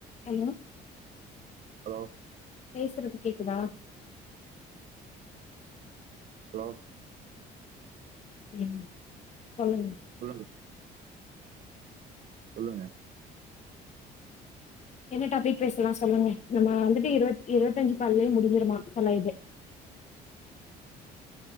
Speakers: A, on the left; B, on the right.
A: Hello
B: hello
A: பேசுறது கேக்குதா
B: hello
A: ம் சொல்லுங்க
B: சொல்லுங்க சொல்லுங்க
A: என்ன டாப்பிக் பேசலா சொல்லுங்க நம்ம வந்துட்டு இருவத் இருவத்தஞ்சு கால்லயே முடிஞ்சுருமா செல்லாயிட்டு